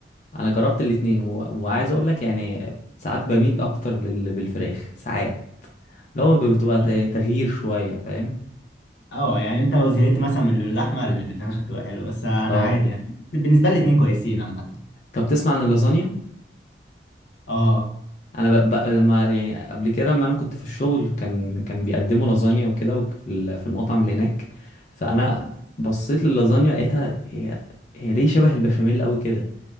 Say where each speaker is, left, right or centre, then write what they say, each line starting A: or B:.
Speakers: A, on the left; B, on the left.
A: انا جربت الاتنين و... وعايز اقول لك يعني ساعات بميل اكتر للي بالفراخ ساعات لو بتبقى ت-
B: لا
A: تغيير شويه فاهم
B: اه يعني انت لو زهقت مثلا من اللحمه البتنجان هتبقى حلوه بس انا
A: اه
B: عادي يعني بالنسبه لي الاتنين كويسين عامه
A: طب تسمع عن اللازانيا
B: اه
A: انا ب... ب... لما يعني قبل كده لما انا كنت في الشغل كان كان بيقدموا لازانيا وكده وفي ال... في المطعم اللي هناك فانا بصيت للازانيا لقيتها هي هي ليه شبه البشاميل قوي كده